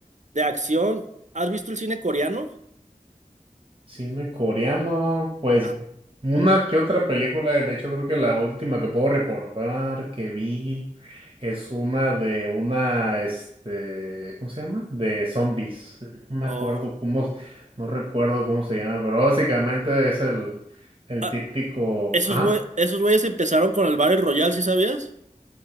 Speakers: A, on the right (about 55°); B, on the right (about 40°).
A: de acción, ¿has visto el cine coreano?
B: Cine coreano, pues
A: Ah,
B: una que otra película, de hecho creo que la última que puedo recordar que vi es una de una, este, ¿cómo se llama? De zombies. No me
A: oh.
B: acuerdo cómo, no recuerdo cómo se llama, pero básicamente es el, el
A: Ah,
B: típico,
A: esos
B: ajá.
A: güey, esos güeyes empezaron con el Battle Royale, ¿sí sabías?